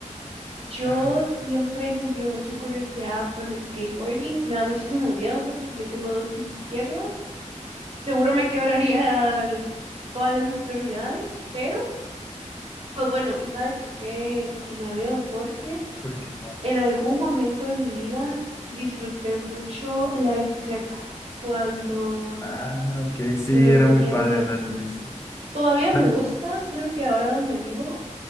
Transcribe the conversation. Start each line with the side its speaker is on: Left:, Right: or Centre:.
Right: yo
Left: Ajá,
Right: siempre he sentido mucha curiosidad por el skateboarding. Me da muchísimo miedo porque yo tengo dos pies izquierdos. Seguro me quebraría el- todas las extremidades, pero, o bueno, ¿y sabes por qué? Porque me da miedo, porque
Left: ¿por qué?
Right: en algún momento de mi vida disfruté mucho la bicicleta cuando,
Left: Ah, ok, sí,
Right: cuando
Left: era
Right: tenía
Left: muy padre
Right: tiempo.
Left: andar en bici.
Right: Todavía me
Left: Ah,
Right: gusta, solo que ahora donde vivo,